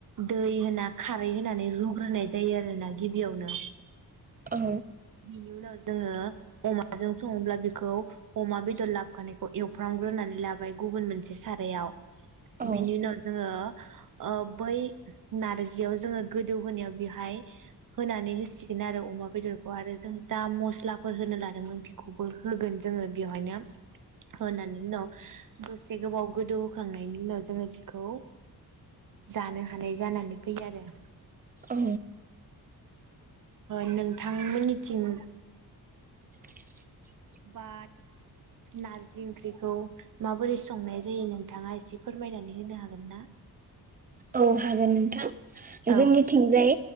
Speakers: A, on the right; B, on the right.
A: दै होना खारै होनानै रुग्रोनाय जायो आरो ना गिबियावनो
B: औ
A: बिनि उनाव जोङो अमाजों सङोब्ला बेखौ अमा बेदर लाबोखानायखौ एवफ्रामग्रोनानै लाबाय गुबुन मोनसे सार रायाव
B: औ
A: बिनि उनाव जोङो बै नारजियाव जोङो गोदौ होनायाव बेवहाय होनानै होसिगोन आरो अमा बेदरखौ आरो जों जा मस्लाफोर होनो लादोंमोन बेखौबो होगोन जोङो बेवहायनो होनानै उनाव दसे गोबाव गोदौ होखांनायनि उनाव जोङो बेखौ जानो हानाय जानानै फैयो आरो
B: औ
A: नोंथां मोननिथिं
B: <inaudible>
A: बा नारजि ओंख्रिखौ माबोरै संनाय जायो नोंथाङा एसे फोरमायनानै होनो हागोन ना
B: औ हागोन नोंथां
A: औ
B: जोंनिथिंजाय